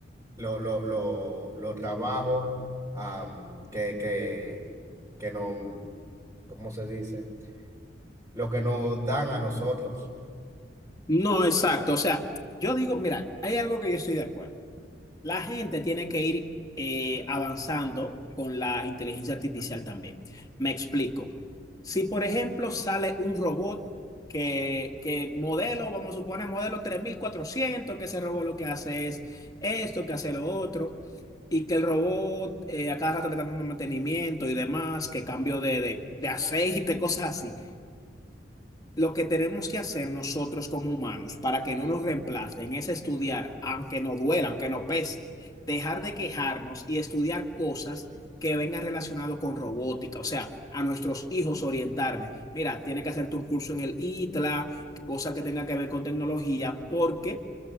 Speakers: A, on the right; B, on the left.
A: lo, lo, lo, lo trabajo am, que, que, que nos, ¿cómo se dice? Lo que nos dan a nosotros.
B: No, exacto. O sea, yo digo, mira, hay algo que yo estoy de acuerdo. La gente tiene que ir eh, avanzando con la inteligencia artificial también. Me explico. Si, por ejemplo, sale un robot que, que modelo, vamos a suponer, modelo 3400, que ese robot lo que hace es esto, que hace lo otro, y que el robot eh, a cada rato le está dando mantenimiento y demás, que cambio de, de, de aceite, <laughs> cosas así. Lo que tenemos que hacer nosotros como humanos para que no nos reemplacen es estudiar, aunque nos duela, aunque nos pese, dejar de quejarnos y estudiar cosas que vengan relacionado con robótica, o sea, a nuestros hijos orientarles. Mira, tiene que hacerte un curso en el ITLA, cosa que tenga que ver con tecnología, porque